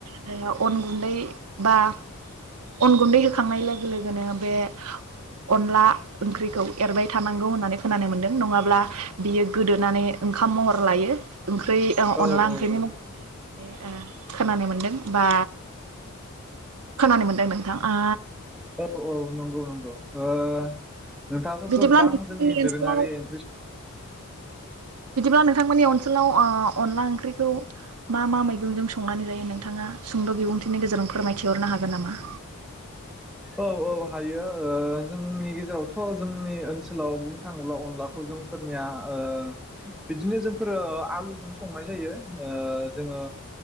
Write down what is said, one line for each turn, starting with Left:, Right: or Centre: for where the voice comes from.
Right: जों अन गुन्दै बा अन गुन्दै होखा खांनाय लोगो लोगोनो बे अनला ओंख्रिखौ एरबाय थानांगौ होननानै खोनानो मोन्दों नङाब्ला बियो गोदोनानै ओंखाम महर लायो। ओंख्रि ओ
Centre: औ
Right: अनला ओंख्रिनि
Centre: औ
Right: महर ए ओ खोनानो मोनदों बा खोनानो मोनदों नोंथाङा आ।
Centre: औ औ नंगौ नंगौ ओ नोंथाङाथ'
Right: बिदिब्ला
Centre: गोबां
Right: नोंथांमोननि
Centre: जोंनि दोरोङारि
Right: ओनसोलाव
Centre: ओंख्रि स
Right: बिदिब्ला नोंथांमोननि ओनसोलाव ओ अनला ओंख्रिखौ मा मा मैगंजों संनानै जायो नोंथाङा सुंद' बिबुंथिनि गेजेरजों फोरमायथिहरनो हागोन नामा?
Centre: औ औ हायो ओ जोंनि गेजेरावथ' जोंनि ओनसोलाव बुंनो थाङोब्ला अनलाखौ जोंफोरनिया ओ बिदिनो जोंफोरो आलुजों संनाय जायो ओ जोङो